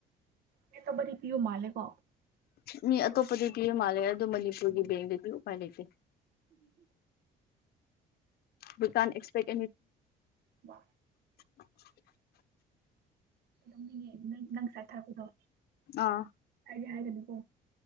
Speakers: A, on the right; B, on the left.
A: ꯃꯤ ꯑꯇꯣꯞꯄꯗꯤ ꯄꯤꯕ ꯃꯥꯜꯂꯦ꯫ ꯀꯣ
B: ꯃꯤ ꯑꯇꯣꯞꯄꯗꯤ ꯄꯤ ꯃꯥꯂꯦ ꯑꯗꯨ ꯃꯅꯤꯄꯨꯔꯒꯤ
A: ꯎꯝ
B: ꯕꯦꯡꯛꯗꯗꯤ ꯎꯄꯥꯏ ꯂꯩꯇꯦ ꯗꯨꯀꯥꯟ ꯑꯦꯛꯁꯄꯦꯛ
A: ꯏ <unintelligible>
B: <inaudible>
A: ꯈꯪꯅꯤꯡꯉꯦ ꯅꯪ ꯅꯪꯉꯁꯥꯢ ꯊꯥꯔꯛꯕꯗꯣ
B: ꯑꯥ
A: ꯍꯥꯏꯗꯤ ꯍꯥꯏꯒꯅꯤꯀꯣ